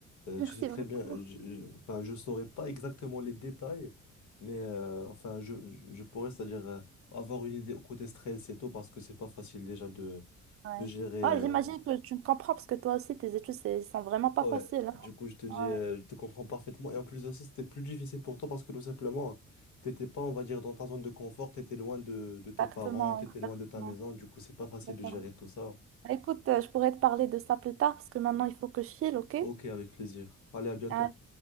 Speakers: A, on the left; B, on the right.
A: Euh,
B: Merci
A: je sais très
B: beaucoup.
A: bien, euh, je, je- enfin, je saurais pas exactement les détails, mais euh, enfin, je, je je pourrais, c'est-à-dire euh, avoir une idée côté stress et tout parce que c'est pas facile déjà de,
B: Ouais.
A: de gérer.
B: Ouais,
A: euh,
B: j'imagine que tu me comprends parce que toi aussi, tes études, c'est- sont vraiment pas
A: Ouais,
B: faciles. hein.
A: du coup, je te dis,
B: Ouais,
A: euh, je te comprends parfaitement. Et en plus de ça, c'était plus difficile pour toi parce que tout simplement, t'étais pas, on va dire, dans ta zone de confort, t'étais loin de, de tes
B: exactement,
A: parents, t'étais
B: exactement,
A: loin de ta maison. Du coup, c'est pas facile
B: exactement.
A: de gérer tout ça.
B: Écoute, euh, je pourrais te parler de ça plus tard parce que maintenant, il faut que je file, ok?
A: Ok, avec plaisir. Allez, à bientôt.
B: À